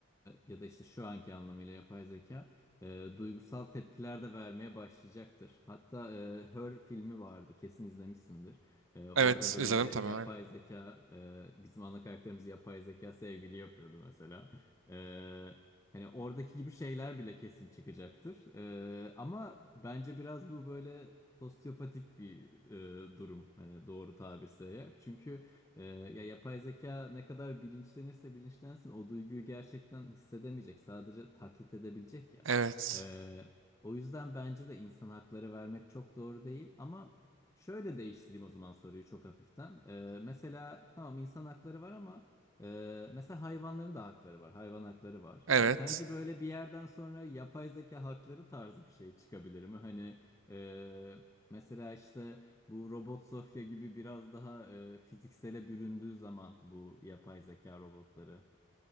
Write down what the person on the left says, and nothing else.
ya da işte şu anki anlamıyla yapay zeka e, duygusal tepkiler de vermeye başlayacaktır. Hatta e, Her filmi vardı, kesin izlemişsindir. E, orada
böyle
yapay
zeka, e, bizim ana karakterimiz yapay zeka sevgili yapıyordu mesela. E, Hani oradaki gibi şeyler bile kesin çıkacaktır. E, ama bence biraz bu böyle sosyopatik bir e, durum. Hani doğru tabirse eğer. Çünkü e, ya yapay zeka ne kadar bilinçlenirse bilinçlensin o duyguyu gerçekten hissedemeyecek. Sadece taklit edebilecek
ee, o yüzden bence de insan hakları vermek çok doğru değil. Ama şöyle değiştireyim o zaman soruyu çok hafiften. Ee, mesela tamam insan hakları var ama e, mesela hayvanların da hakları var. Hayvan hakları var.
Ee, sence böyle bir yerden sonra yapay zeka hakları tarzı bir şey çıkabilir mi? Hani e, mesela işte bu Robot Sofya gibi biraz daha e, fiziksele büründüğü zaman bu yapay zeka robotları,